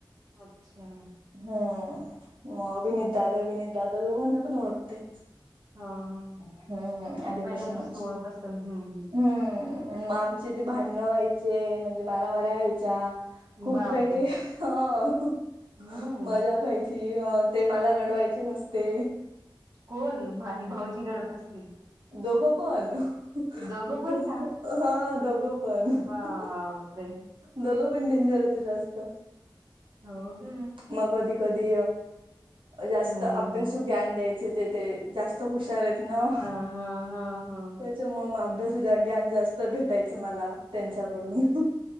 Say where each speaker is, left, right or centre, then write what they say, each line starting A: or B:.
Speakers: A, on the right; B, on the right.
A: अच्छा.
B: हम्म मग अभिनीत दादा, विनीत दादा दोघांना पण ओळखते.
A: हा- हा.
B: हम्म आधीपासूनच
A: पहिल्यापासून ओळख असेल हम्म
B: हम्म म चे ते भांडणं व्हायचे म्हणजे मारामाऱ्या व्हायच्या
A: हम्म
B: खूप
A: बापरे
B: काही काय <inaudible> ह
A: हम्म
B: मजाक व्हायची. इ.. हा.. ते मला रडवायचे नुसते.
A: कोण बा- हे भाऊजी रडत असतील?
B: दोघं पण <inaudible>
A: दोघं पण का
B: हा हो दोघं पण.
A: बापरे
B: <inaudible> दोघंपण डेंजर होते जास्त.
A: हो का?
B: मग कधी- कधी जास्त
A: हम्म
B: अभ्यासू ज्ञान द्यायचे ते -ते जास्त हूश शांततेत न
A: हा हा हा हा
B: त्याच्याम म अभ्यासाचं ज्ञान जास्त भेट टायच मला त्यांच्याकडून..